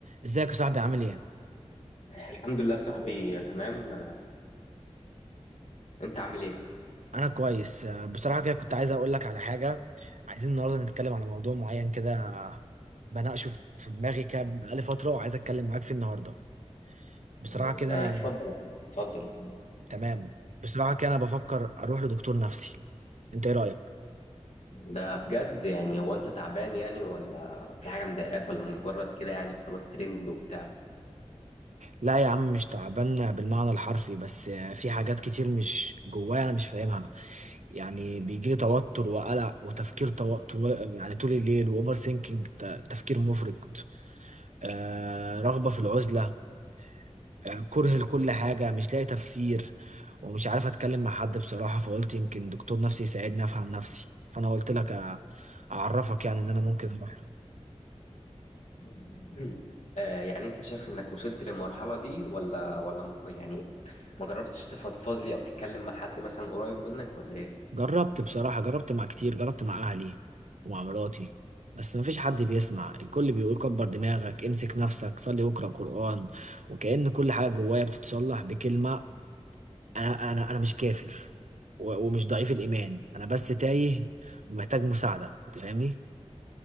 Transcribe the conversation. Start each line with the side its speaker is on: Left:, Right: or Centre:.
Right: ازيك يا صاحبي عامل ايه؟
Left: الحمد لله صاحبي تمام انت عامل ايه
Right: انا كويس آه، بصراحة كده كنت عايز اقول لك على حاجة عايزين النهاردة نتكلم على موضوع معين كده آه، بناقشه في في دماغي كده بقالي فترة وعايز اتكلم معاك فيه النهاردة بصراحة
Left: اه
Right: كده انا
Left: اتفضل اتفضل
Right: تمام بصراحة كده انا بفكر اروح لدكتور نفسي انت ايه رأيك؟
Left: ده بجد يعني هو انت تعبان يعني ولا في حاجه مضايقاك ولا مجرد كده يعني خلاص ترند وبتاع
Right: لا يا عم مش تعبان بالمعنى الحرفي بس آه، في حاجات كتير مش جوايا انا مش فاهمها يعني بيجيلي توتر وقلق وتفكير تو... تو- يعني طول الليل واوفر سينكينج تفكير مفرط آه رغبة في العزلة آه، كره لكل حاجة مش لاقي تفسير ومش عارف اتكلم مع حد بصراحة فقلت يمكن دكتور نفسي يساعدني افهم نفسي فانا قلت لك أ- اعرفك يعني ان انا ممكن اروح
Left: <clears throat> اه يعني انت شايف انك وصلت للمرحله دي ولا ولا م- يعني ما جربتش تفضفض لي او تتكلم مع حد مثلا قريب منك ولا ايه
Right: جربت بصراحة جربت مع كتير جربت مع اهلي ومع مراتي بس مفيش حد بيسمع الكل بيقول كبر دماغك امسك نفسك صلي واقرأ قرآن وكأن كل حاجة جوايا بتتصلح بكلمة انا انا انا مش كافر و- ومش ضعيف الإيمان أنا بس تايه ومحتاج مساعدة أنت فاهمني؟